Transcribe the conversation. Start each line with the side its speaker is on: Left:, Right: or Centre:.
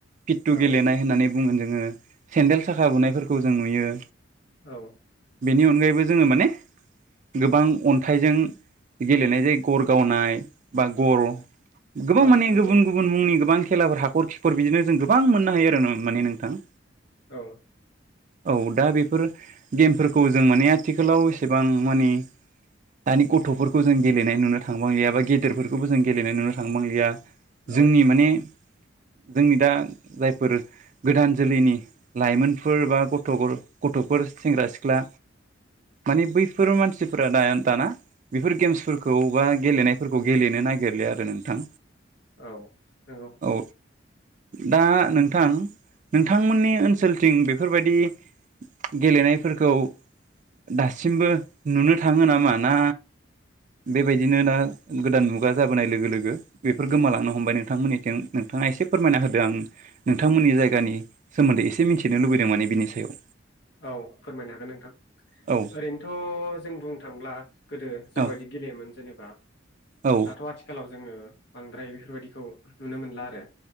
Right: फिटटु
Left: औ
Right: गेलेनाय होननानै बुङो जोङो सेन्देल साखा बुनायफोरखौ जों नुयो
Left: औ
Right: बेनि अनगायैबो जोङो माने गोबां अन्थाइजों गेलेनाय जायो गर गावनाय बा गर' गोबां
Left: औ
Right: माने
Left: नंगौ
Right: गुबुन गुबुन मुंनि गोबां खेलाफोर हाखर खिखर बिदिनो जों गोबां मोननो हायो आरो नो माने नोंथां
Left: औ
Right: औ दा बेफोर गेमफोरखौ जों माने आथिखालाव एसेबां मानि दानि गथ'फोरखौ जों गेलेनाय नुनो थांबांलिया बा गे देरफोरखौबो जों गेलेनाय नुनो थांबांलिया
Left: औ
Right: जोंनि माने जोंनि दा जायफोर गोदान जोलैनि लाइमोनफोर बा गथ' गर ग गथ'फोर सेंग्रा सिख्ला माने बैफोर मानसिफोरा दाया दाना बेफोर गेम्सफोरखौ बा गेलेनाय फोरखौ गेलेनो नागिरलिया आरो नोंथां
Left: औ ओ
Right: औ दा नोंथां नोंथांमोननि ओनसोल थिं बेफोरबायदि गेलेनायफोरखौ दासिमबो नुनो थाङो नामा ना बेबायदिनो दा गोदान मुगा जाबोनाय लोगो लोगो बेफोर गोमालांनो हमबाय नोंथांमोननिथिं नोंथाङा एसे फोरमायना होदो आं नोंथांमोननि जायगानि सोमोन्दै एसे मिथिनो लुबैदों माने बिनि सायाव
Left: औ फोरमायनो हागोन नोंथां
Right: औ
Left: ओरैनोथ' जों बुंनो थांब्ला गोदो जाबायदि
Right: औ
Left: गेलेयोमोन जेनेबा
Right: औ
Left: दाथ' आथिखालाव जोङो बांद्राय बेफोरबायदिखौ नुनो मोनला आरो